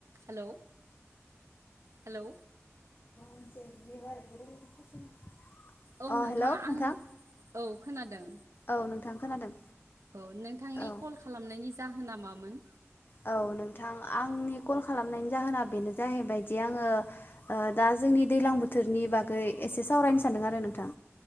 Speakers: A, on the right; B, on the left.
A: Hello hello
B: <inaudible>
A: औ
B: अ
A: नोंथाङा
B: hello
A: आं
B: नोंथां
A: औ खोनादों।
B: औ नोंथां खोनादों
A: औ नोंथांनि
B: औ
A: कल खालामनायनि जाहोना मामोन?
B: औ नोंथां आंनि कल खालामनायनि जाहोना बेनो जाहैबायदि आङो ओ दा जोंनि दैलां बोथोरनि बागै एसे सावरायनो सानदों आरो नोंथां।